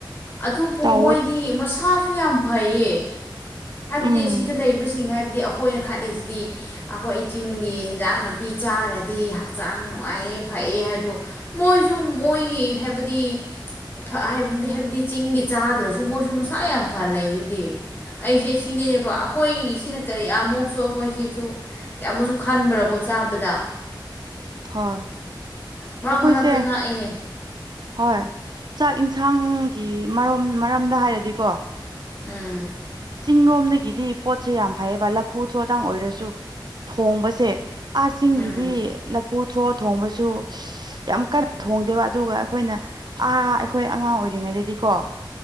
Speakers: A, on the left; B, on the right.
A: ꯑꯗꯨꯕꯨ
B: ꯇꯧꯋꯦ
A: ꯃꯣꯏꯗꯤ ꯃꯁꯥꯁꯨ ꯌꯥꯝ ꯐꯩꯌꯦ ꯍꯥꯏꯕꯗꯤ
B: ꯎꯝ
A: ꯑꯁꯤꯗ ꯂꯩꯔꯤꯕꯕꯁꯤꯡ ꯍꯥꯏꯕꯗꯤ ꯑꯩꯈꯣꯏꯅ ꯈꯜꯂꯤꯁꯤꯗꯤ ꯑꯩꯈꯣꯏ ꯆꯤꯡꯒꯤ ꯏꯟꯖꯥꯡ ꯅꯥꯄꯤ ꯆꯥꯔꯗꯤ ꯍꯛꯆꯥꯡ ꯅꯨꯡꯉꯥꯏꯑꯦ ꯐꯩꯑ ꯍꯥꯏꯕꯗꯣ ꯃꯣꯏꯁꯨ ꯃꯣꯏꯒꯤ ꯍꯥꯏꯕꯗꯤ ꯕꯗꯤ ꯍꯥꯏꯕꯗꯤ ꯆꯤꯡꯒꯤ ꯆꯥꯗ꯭ꯔꯁꯨ ꯃꯣꯏꯁꯨ ꯃꯁꯥ ꯌꯥꯝ ꯐ ꯂꯩ ꯑꯗꯨꯗꯤ ꯑꯩꯁꯦ ꯁꯤꯅꯦꯅꯦꯕ ꯑꯩꯈꯣꯏꯒꯤ ꯁꯤꯅ ꯀꯔꯤꯃꯨꯛꯁꯨ ꯑꯩꯈꯣꯏꯁꯦ ꯁꯨ ꯌꯥꯝꯃꯨꯁꯨ ꯈꯟꯕ꯭ꯔꯥꯀꯣ ꯆꯥꯕꯗ
B: ꯍꯣꯏ
A: ꯃꯔꯛ
B: ꯑꯩꯈꯣꯏꯁꯦ
A: ꯃꯔꯛꯇ ꯉꯥꯛꯑꯦꯍꯦ
B: ꯍꯣꯏ ꯆꯥꯛ ꯢꯟꯁꯥꯡꯒꯤ ꯃꯔꯣꯝ ꯃꯔꯝꯗ ꯍꯥꯏꯔꯗꯤꯀꯣ
A: ꯎꯝ
B: ꯆꯤꯡꯂꯣꯝꯗꯒꯤꯗꯤ ꯄꯣꯠꯁꯦ ꯌꯥꯝ ꯐꯩꯌꯦꯕ ꯂꯐꯨ ꯊ꯭ꯔꯣꯇꯪ ꯑꯣꯏꯔꯁꯨ ꯊꯣꯡꯕꯁꯦ ꯑꯥ ꯆꯤꯡꯒꯤꯗꯤ
A: ꯎꯝ
B: ꯂꯐꯨ ꯊ꯭ꯔꯣ ꯊꯣꯡꯕꯁꯨ ꯌꯥꯝ ꯀꯟꯅ ꯊꯣꯡꯗꯦꯕ ꯑꯗꯨꯒ ꯑꯩꯈꯣꯏꯅ ꯑꯥ ꯑꯩꯈꯣꯏ ꯑꯉꯥꯡ ꯑꯣꯏꯔꯤꯉꯩꯗꯗꯤꯀꯣ